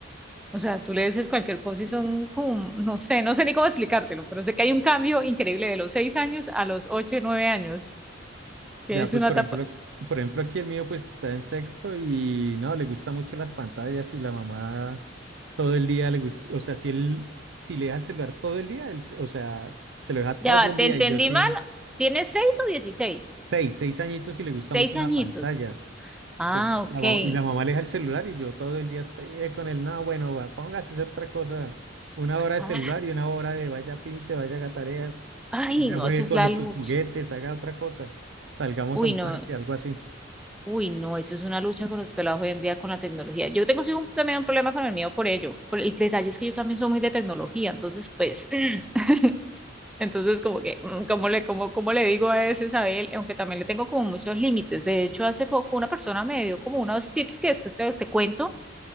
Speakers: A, in the centre; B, on the right.
A: O sea, tú le dices cualquier cosa y son como, no sé, no sé ni cómo explicártelo, pero sé que hay un cambio increíble de los seis años a los ocho y nueve años que
B: Ya,
A: es
B: pues,
A: una
B: por
A: tapa.
B: ejemplo, por ejemplo, aquí el mío pues está en sexto y no, le gusta mucho las pantallas y la mamá todo el día le gusta, o sea, si él, si le deja el celular todo el día, él se- o sea, se lo deja
A: Ya
B: todo
A: va,
B: el
A: te
B: día
A: entendí
B: y yo sí,
A: mal. ¿Tienes seis o dieciséis?
B: seis, seis añitos y le gusta
A: Seis
B: mucho la
A: añitos.
B: pantalla.
A: Ah,
B: Entonces,
A: ok.
B: la mamá- y la mamá le aleja el celular y yo todo el día peleé con él. No, bueno, va, póngase a hacer otra cosa. Una hora de
A: Ah,
B: celular y una hora de vaya pinte, vaya haga tareas,
A: Ay,
B: vaya
A: no,
B: juegue
A: eso es
B: con
A: la
B: los,
A: lucha.
B: sus juguetes, haga otra cosa. Salgamos
A: Uy,
B: a un
A: no,
B: parque, algo así.
A: uy, no, eso es una lucha con los pelados hoy en día con la tecnología. Yo tengo sí, un- también un problema con el mío por ello. Por el detalle es que yo también soy muy de tecnología, entonces, pues, <laughs> <clears throat> entonces como que, mm, ¿cómo le, cómo, cómo le digo a ese Isabel? Aunque también le tengo como muchos límites. De hecho, hace poco una persona me dio como unos tips que después te, te cuento